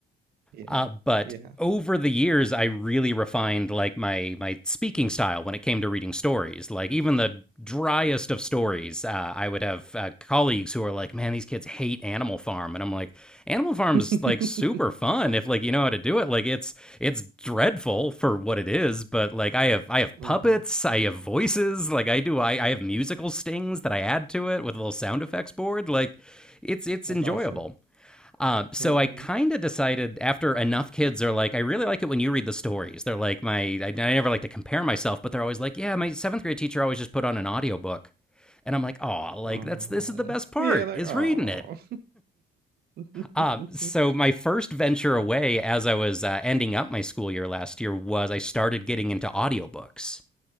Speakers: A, on the right; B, in the centre.
A: Yeah.
B: Uh, but
A: Yeah.
B: over the years, I really refined like my my speaking style when it came to reading stories. Like even the driest of stories, uh, I would have uh, colleagues who are like, "Man, these kids hate Animal Farm," and I'm like, "Animal Farm's
A: <laughs>
B: like super fun if like you know how to do it. Like it's it's dreadful for what it is, but like I have I have
A: hmm
B: puppets, I have voices, like I do I, I have musical stings that I add to it with a little sound effects board. Like it's it's
A: That's
B: enjoyable.
A: awesome.
B: Um, so
A: hmm
B: I kind of decided after enough kids are like, I really like it when you read the stories. They're like, my, I, I never like to compare myself, but they're always like, yeah, my seventh grade teacher always just put on an audiobook. And I'm like, oh, like
A: Oh.
B: that's this is the best part
A: Yeah, like
B: is
A: oh.
B: reading it.
A: <laughs>
B: Um, so my first venture away as I was uh, ending up my school year last year was I started getting into audiobooks